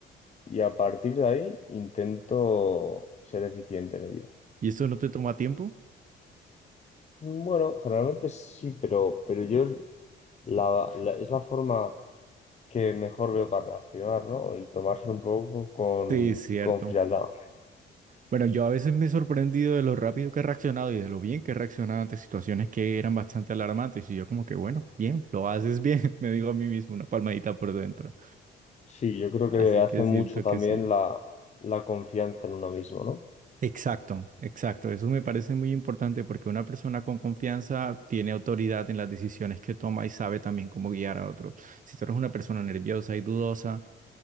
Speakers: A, on the left; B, on the right.
A: Y a partir de ahí intento ser eficiente en ello.
B: ¿Y esto no te toma tiempo?
A: Bueno, generalmente sí, pero, pero yo la- la- es la forma que mejor veo para reaccionar, ¿no? El tomarse un poco con,
B: Sí, es cierto.
A: con frialdad.
B: Bueno, yo a veces me he sorprendido de lo rápido que he reaccionado y de lo bien que he reaccionado ante situaciones que eran bastante alarmantes y yo como que, bueno, bien, lo haces bien, <laughs> me digo a mí mismo una palmadita por dentro.
A: Sí, yo creo
B: Así
A: que hace
B: que siento
A: mucho también
B: que sí.
A: la, la confianza en uno mismo, ¿no?
B: Exacto, exacto. Eso me parece muy importante porque una persona con confianza tiene autoridad en las decisiones que toma y sabe también cómo guiar a otros. Si tú eres una persona nerviosa y dudosa,